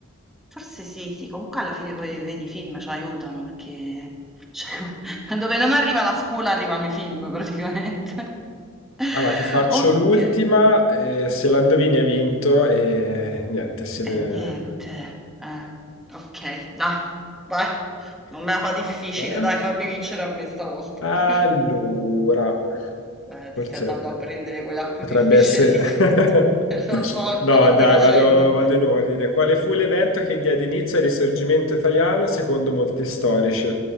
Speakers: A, in the centre; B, on the left.
A: Forse sì, sì, comunque alla fine poi vedi i film ci aiutano perché cioè, <laughs> dove non arriva la scuola arrivano i film praticamente. <laughs>
B: Allora, ti faccio
A: Ok.
B: l'ultima, eh, se la indovini hai vinto e niente, si vede.
A: E niente, eh, ok, dai, vai, non me
B: Aspetta,
A: la fa difficile,
B: eh.
A: dai, fammi vincere a me stavolta.
B: Allora,
A: <laughs> Eh, ti
B: forse.
A: stai andando a prendere quella più
B: Potrebbe
A: difficile
B: essere...
A: di tutte,
B: <laughs>
A: <laughs> e lo so
B: No,
A: cosa stai
B: dai,
A: facendo.
B: vado, vado in ordine. Quale fu l'evento che diede inizio al risorgimento italiano secondo molti storici?